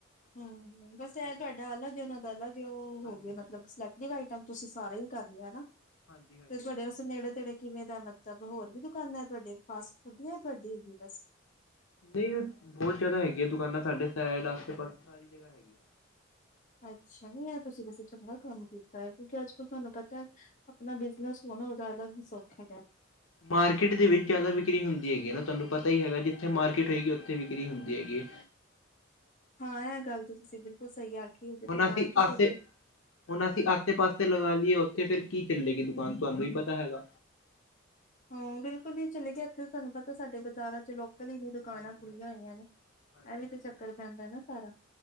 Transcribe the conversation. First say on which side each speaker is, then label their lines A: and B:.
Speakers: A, on the left; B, on the left.
A: ਹੂੰ ਹਾ, ਬਸ ਐ
B: ਹਾਂਜੀ
A: ਤੁਆਡਾ ਅਲਗ ਏ ਓਨਾ ਦਾ ਅਲਗ, ਓ
B: ਹਾਂਜੀ
A: ਹੋ ਗਯਾ ਮਤਲਬ
B: ਹਾਂਜੀ
A: ਸੈਕਟ- ਜਿਵੇੰ ਆਈਟਮ ਤੁਸੀ ਸਾਰਾ ਈ ਕਰ ਲੇਆ ਨਾ,
B: ਹਾਂਜੀ ਹਾਂਜੀ
A: ਤੇ ਤੁਆਡੇ ਵਾਸਤੇ ਨੇੜੇ- ਤੇੜੇ ਕਿਵੇ ਦੈ ਮਤਲਬ- ਹੋਰ ਵੀ ਦੁਕਾਨਾਂ ਏ ਤੁਆਡੇ, ਫਾਸਟ ਫੂਡ ਨੀਂ ਐ ਤੁਆਡੀ ਹੈਗੀ ਬਸ?
B: ਨਈਂ ਬੋਤ ਜਾਦਾ ਹੈਗੀਆਂ, ਦੁਕਾਨਾ ਸਾਡੇ ਸੈਡ ਆਸੇ-ਪਾਸੇ ਸਾਰੀ ਜਗ੍ਹਾ ਹੈਗੀਆ ਨੇ।
A: ਅੱਛਾ, ਨੀ ਐ ਤੁਸੀ ਵੈਸੇ ਚੰਗਾ ਕਮ ਕੀਤਾ ਐ, ਕਿਉਕਿ ਅੱਜ-ਕੱਲ ਤੁਆਨੂੰ ਪਤਾ ਐ ਅਪਨਾ ਬਿਜਨਸ ਹੋਏ ਨਾਂ, ਓਦਾ ਅਲਗ ਹੀ ਸੁਖ ਹੈਗਾ।
B: ਮਾਰਕੀਟ ਦੇ ਵਿਚ ਜਾਦਾ ਵਿਕਰੀ ਹੁੰਦੀ ਹੈਗੀ ਐਨਾ, ਤੁਆਨੂੰ ਪਤਾ ਈ ਹੈਗਾ ਜਿਥੇ ਮਾਰਕੀਟ ਰਏਗੀ, ਓਥੇ ਵਿਕਰੀ ਹੁੰਦੀ ਹੈਗੀ ਏ।
A: ਹਾਂ, ਐ ਗੱਲ ਤੇ ਤੁਸੀ ਬਿਲਕੁਲ ਸਈ ਆਖੀ। ਹੈ ਜਿੱਥੇ
B: ਹੁਣ ਅਸੀ,
A: ਮਾਰਕੀਟ
B: ਆਸੇ
A: ਉੱਥੇ
B: ਹੁਣ ਅਸੀ ਆਸੇ-ਪਾਸੇ ਲਗਾ ਲੀਏ ਉਥੇ ਫੇਰ ਕੀ ਚੱਲੇਗੀ ਦੁਕਾਨ, ਤੁਹਾਨੂੰ ਈ ਪਤਾ ਹੈਗਾ।
A: ਹਾਂ ਬਿਲਕੁਲ ਨੀ ਚਲੇਗੀ, ਇਥੇ ਤੁਹਾਨੂੰ ਪਤਾ ਸਾਡੇ ਬਜਾਰਾਂ 'ਚ ਲੋਕਲ ਈ ਨਹੀ ਦੁਕਾਨਾ
B: ਹਾਂਜੀ
A: ਖੁੱਲੀਆਂ
B: ਹਾਂਜੀ
A: ਹੋਈਆਂ ਨੇ,
B: ਹਾਂਜੀ
A: ਐ ਵੀ
B: ਹਾਂਜੀ
A: ਤੇ ਚਕਰ ਪੈਂਦਾ ਨਾ ਸਾਰਾ।